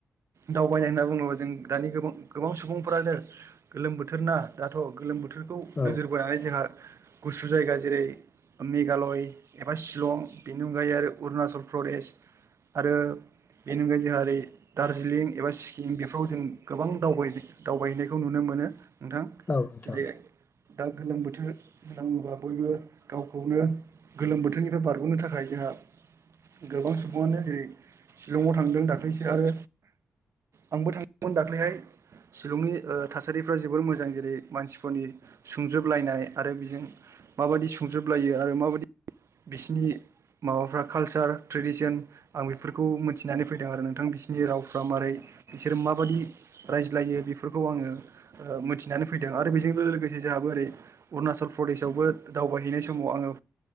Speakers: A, on the right (about 60°); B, on the left (about 30°).
A: दावबायनाय होनना बुङोब्ला जों दानि गोबां गोबां सुबुंफ्रानो गोलोम बोथोर ना दाथ' गोलोम बो थोरखौ
B: औ
A: नोजोर बोनानै जोंहा गुसु जायगा। जेरै ओ मेघालय एबा शिलं बेनि अनगायै आरो अरुनाचल प्रदेश आरो बेनि अनगायै जोंहा ओरै दार्जिलिं एबा सिक्किम बेफ्राव जों गोबां दावबाय दावबायहैनायखौ नुनो मो मोनो नोंथां
B: औ नोंथां
A: जेरै दा गोलोम बोथोर होनना बुङोबा बयबो गावखौनो गोलोम बोथोरनिफ्राय बारग'नो थाखाय जोंहा गोबां सुबुङानो जेरै शिलंआव थांदों दाख्लैसो आरो। आंबो थांदोंमोन दाख्लैहाय। शिलंनि ओ थासारिफ्रा जोबोर मोजां जेरै मानसिफोरनि सुंजोबलायनाय आरो बिजों माबायदि संजोबलायो आरो माबायदि बिसिनि माबाफ्रा कालचार ट्रेडिसन आं बेफोरखौ मिथिनानै फैदों आरो नोंथां बिसोरनि रावफ्रा माबारै बिसोर माबादि रायज्लायो। बेफोरखौ आङो ओ मिथिनानै फैदों आरो बेजों लोगोसे जोंहाबो ओरै अरुणाचल प्रदेशावबो दावबायहैनाय समाव आङो